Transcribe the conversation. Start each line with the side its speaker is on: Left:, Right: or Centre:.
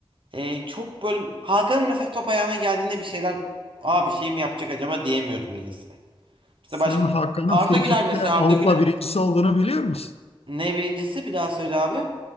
Right: e, çok böyle Hakan'ın mesela top ayağına geldiğinde bir şeyler Aa bir şey mi yapacak acaba diyemiyorum niyeyse. İşte
Left: Sen
Right: başka
Left: Hakan'ın
Right: Arda
Left: frikikte
Right: Güler mesela
Left: Avrupa
Right: Arda Güler
Left: birincisi olduğunu biliyor musun?
Right: ne birincisi bir daha söyle abi.